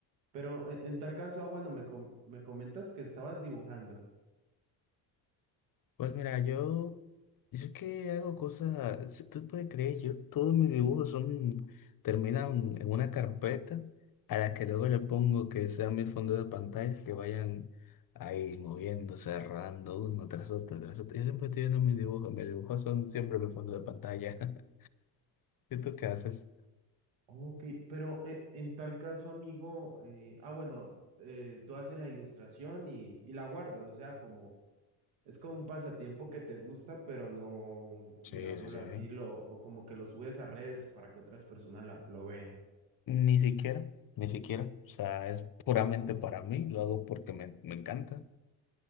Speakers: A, on the right (about 85°); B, on the left (about 45°).
A: Pero eh, en tal caso, ah, bueno, me, com- me comentas que estabas dibujando.
B: Pues mira, yo Yo que hago cosas, si tú puedes creer, yo todos mis dibujos son, terminan en una carpeta a la que luego le pongo que sea mi fondo de pantalla, que vayan ahí moviendo, cerrando uno tras otro, tras otro. Yo siempre estoy viendo mis dibujos, mis dibujos son siempre mi fondo de pantalla. <laughs> ¿Y tú qué haces?
A: Ok, pero eh, en tal caso, amigo, eh, ah, bueno, eh, tú haces la ilustración y, y la guardas, o sea, como es como un pasatiempo que te gusta, pero no, digámoslo
B: Sí, sí, sí,
A: así,
B: sí.
A: lo, o como que lo subes a redes para que otras personas la- lo vean.
B: Ni siquiera, ni siquiera. O sea, es puramente para mí, lo hago porque me, me encanta.